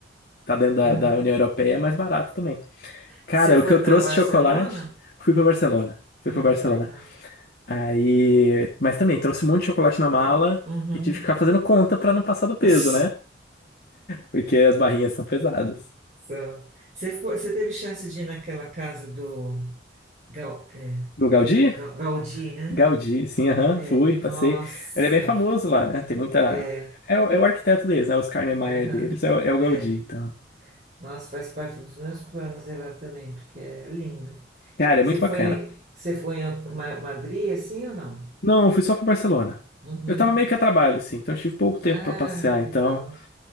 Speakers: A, on the left; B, on the right.
A: Tá dentro da,
B: aham.
A: da União Europeia, é mais barato também. Cara,
B: Você foi
A: o que eu
B: para
A: trouxe
B: Barcelona?
A: de chocolate, fui para Barcelona. Fui
B: Ai,
A: para Barcelona.
B: que legal.
A: Aí, mas também trouxe um monte de chocolate na mala
B: Uhum.
A: e tive que ficar fazendo conta para não passar do peso,
B: <laughs>
A: né? Porque as barrinhas são pesadas.
B: Só. Você foi, você teve chance de ir naquela casa do Gal, é,
A: Do Gaudí?
B: é Ga- Gaudí, né?
A: Gaudí, sim, aham,
B: É.
A: fui, passei.
B: Nossa.
A: Ele é bem famoso lá, né? Tem muita.
B: É.
A: É, o é o arquiteto deles, né? Oscar Niemeyer
B: Aham.
A: deles, é, o é o Gaudí,
B: É.
A: então.
B: Nossa, faz parte dos meus planos ir lá também, porque é lindo.
A: Cara,
B: Você
A: é muito
B: foi,
A: bacana.
B: você foi em Ma- Madrid, assim ou não?
A: Não, fui só pra Barcelona.
B: Uhum.
A: Eu tava meio que a trabalho, assim, então eu tive pouco tempo
B: Ah,
A: pra passear, então.
B: legal.